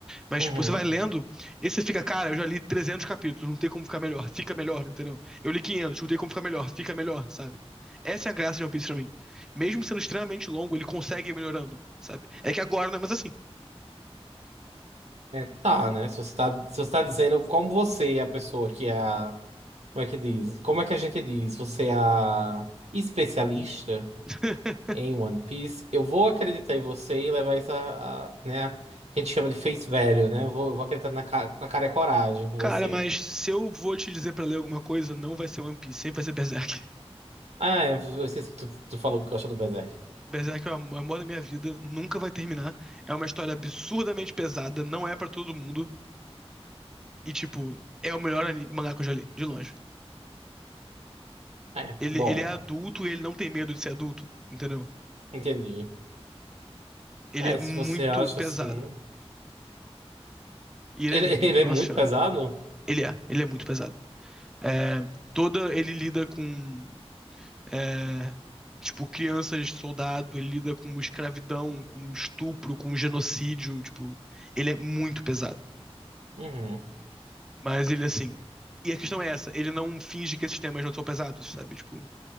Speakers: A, in the centre; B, on the right.
A: Mas,
B: Uhum.
A: tipo, você vai lendo e você fica, cara, eu já li 300 capítulos, não tem como ficar melhor, fica melhor, entendeu? Eu li 500 não tem como ficar melhor, fica melhor, sabe? Essa é a graça de One Piece pra mim. Mesmo sendo extremamente longo, ele consegue ir melhorando, sabe? É que agora não é mais assim.
B: É, tá, né? Se você tá, se você tá dizendo como você é a pessoa que é a. Como é que diz? Como é que a gente diz? Você é a especialista?
A: <laughs>
B: em One Piece, eu vou acreditar em você e levar isso a, a, né, que a gente chama de face value, né? Eu vou, eu vou acreditar na, ca- com a cara e coragem com você.
A: Cara, mas se eu vou te dizer pra ler alguma coisa, não vai ser One Piece, sempre vai ser Berserk. <laughs>
B: Ah, é, eu esqueci que tu, tu falou que gosta do Berserk.
A: Berserk é o am- amor da minha vida, nunca vai terminar. É uma história absurdamente pesada, não é pra todo mundo. E, tipo, é o melhor ani- mangá que eu já li, de longe.
B: É,
A: Ele,
B: bom,
A: ele é adulto e ele não tem medo de ser adulto, entendeu?
B: entendi.
A: Ele
B: É,
A: é muito
B: se você acha
A: pesado.
B: assim.
A: E ele
B: Ele,
A: é lindo,
B: <laughs> ele
A: nossa
B: é muito
A: senhora.
B: pesado?
A: Ele é, ele é muito pesado. É, toda, ele lida com, é, tipo, crianças soldado, ele lida com escravidão, com estupro, com genocídio, tipo, ele é muito pesado.
B: Uhum,
A: Mas ele, assim, e a questão é essa, ele não finge que esses temas não são pesados, sabe? Tipo,